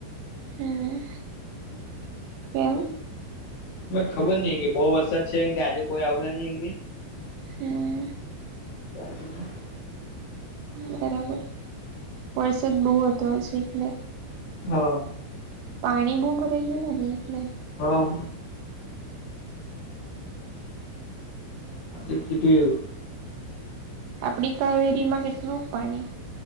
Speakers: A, on the right; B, on the left.
A: હમ્મ, એમ.
B: ખબર નહી કે બહુ વરસાદ છે કે આજે કોઈ આવ્યા નહી એમ કે.
A: હમ્મ.
B: <unintelligible>
A: બરાબર, વરસાદ બહુ હતો આજ એટલે.
B: હા.
A: પાણી બઉ ભરાઈ ગયલા ને એટલે.
B: હા. આ તો કીધું એવું.
A: આપડી કાવેરીમા કેટલું પાણી